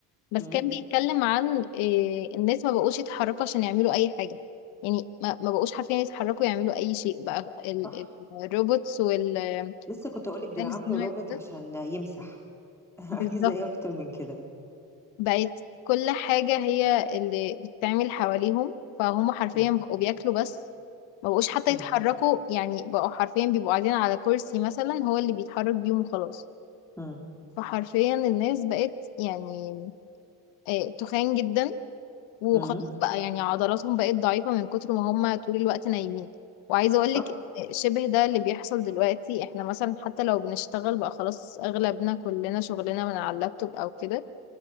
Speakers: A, on the left; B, in the centre.
A: بس
B: مم.
A: كان بيتكلم عن إيه الناس ما بقوش يتحركوا عشان يعملوا اي حاجة يعني ما, ما بقوش حرفيا يتحركوا يعملوا اي شيء بقى ال-
B: صح
A: ال- الروبوتس وال الذكاء
B: لسه كنت اقولك دول
A: الاصطناعي
B: عملوا رابط
A: وكده.
B: عشان يمسح <laughs>
A: بالظبط
B: عايزه ايه اكتر من كده
A: بقت كل حاجة هي اللي بتتعمل حواليهم فهم حرفيا
B: مم.
A: بقوا بياكلوا بس ما بقوش حتى
B: مم.
A: يتحركوا يعني بقوا حرفيا بيبقوا قاعدين على كرسي مثلا هو اللي بيتحرك بيهم وخلاص
B: مم.
A: فحرفيا الناس بقت يعني آه، تخان جدا وخلاص
B: مم.
A: بقى يعني عضلاتهم بقت ضعيفة من كتر ما هم طول الوقت نايمين وعايزة اقولك
B: صح
A: آه، شبه ده اللي بيحصل دلوقتي احنا مثلا حتى لو بنشتغل بقى خلاص اغلبنا كلنا شغلنا من على اللابتوب او كده